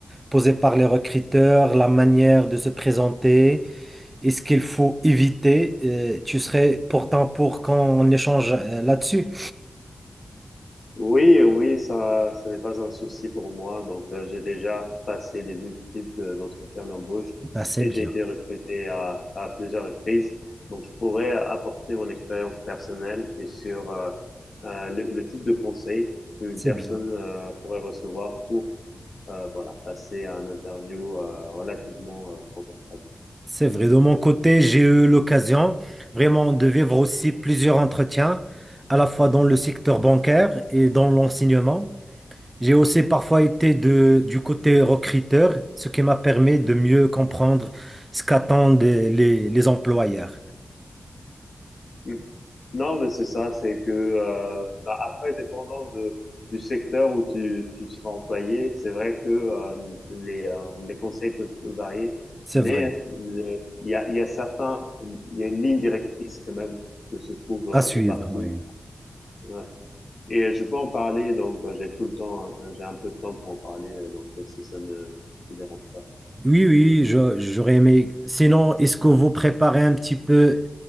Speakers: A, on the right (about 20°); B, on the left (about 70°).
A: posées par les recruteurs, la manière de se présenter et ce qu'il faut éviter. Euh, tu serais pourtant pour qu'on échange euh, là-dessus?
B: Oui, oui, ça, ce n'est pas un souci pour moi. Donc, euh, j'ai déjà passé des multiples de- d'entretiens d'embauche
A: Ah, c'est
B: et
A: bien,
B: j'ai été recruté à, à plusieurs reprises. Donc, je pourrais apporter mon expérience personnelle et sur euh, euh, le, le type de conseil qu'une
A: c'est
B: personne
A: bien.
B: euh, pourrait recevoir pour euh, voilà, passer à un interview euh, relativement euh, confortable.
A: C'est vrai, de mon côté, j'ai eu l'occasion vraiment de vivre aussi plusieurs entretiens, à la fois dans le secteur bancaire et dans l'enseignement. J'ai aussi parfois été de- du côté recruteur, ce qui m'a permis de mieux comprendre ce qu'attendent les, les employeurs.
B: Hmm. Non, mais c'est ça, c'est que euh, bah, après, dépendant de, du secteur où tu, tu seras employé, c'est vrai que euh, les, euh, les conseils peuvent, peuvent varier,
A: C'est
B: mais
A: vrai,
B: le- il y a, il y a certains, il y a une ligne directrice quand même que se trouve
A: à
B: un
A: suivre,
B: peu partout.
A: oui.
B: Ouais. Et je peux en parler, donc euh, j'ai tout le temps, euh, j'ai un peu de temps pour en parler, euh, donc euh, si ça ne te dérange pas.
A: Oui, oui, je- j'aurais aimé. Sinon, est-ce que vous préparez un petit peu,